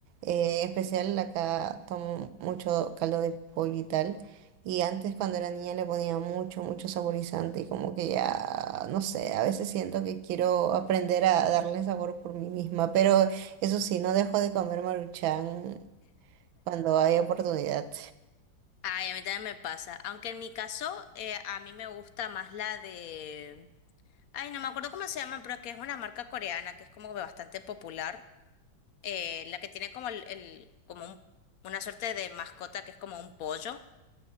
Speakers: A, on the right; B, on the left.
A: eh, en especial acá tomo mucho caldo de pollo y tal. Y antes cuando era niña le ponía mucho, mucho saborizante y como que ya, no sé, a veces siento que quiero aprender a darle sabor por mí misma. Pero eso sí, no dejo de comer Maruchan cuando hay oportunidad.
B: Ay, a mí también me pasa, aunque en mi caso eh, a mí me gusta más la de... Ay, no me acuerdo cómo se llama, pero que es una marca coreana que es como bastante popular, eh, la que tiene como el, el- como un- una suerte de mascota que es como un pollo.